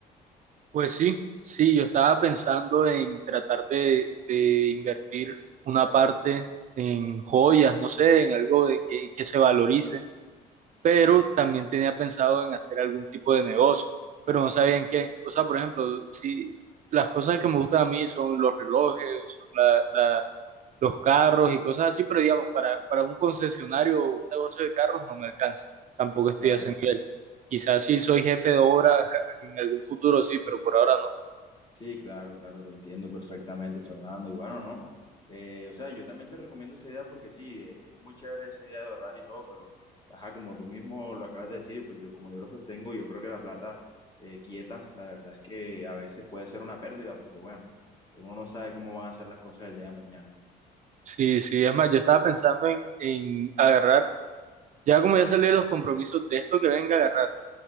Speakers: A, on the right; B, on the left.
A: Pues sí, sí, yo estaba pensando en tratar de, de invertir una parte en joyas, no sé, en algo de que, que se valorice pero también tenía pensado en hacer algún tipo de negocio, pero no sabía en qué. O sea, por ejemplo, si las cosas que me gustan a mí son los relojes o son la, la- los carros y cosas así, pero digamos, para, para un concesionario o un negocio de carros no me alcanza. Tampoco estoy
B: Claro.
A: a ese nivel. Quizás sí soy jefe de obra <laughs> en algún futuro, sí, pero por ahora no.
B: Sí, claro, claro, te entiendo perfectamente, Fernando. Y bueno, no. Eh, o sea, yo también te recomiendo esa idea porque sí, eh, es muy chévere esa idea de ahorrar y todo, pero, ajá, como tú mismo lo acabas de decir, pues yo, como yo lo sostengo, yo creo que la plata eh, quieta, la verdad es que a veces puede ser una pérdida porque, bueno, uno no sabe cómo van a ser las cosas el día de mañana.
A: Sí, sí, es más, yo estaba pensando en, en agarrar, ya como ya salí de los compromisos de esto que venga a agarrar.